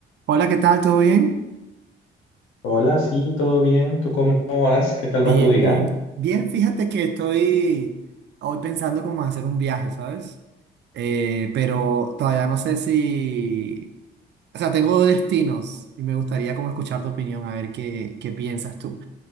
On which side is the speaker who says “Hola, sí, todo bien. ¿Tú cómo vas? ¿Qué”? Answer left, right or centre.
Left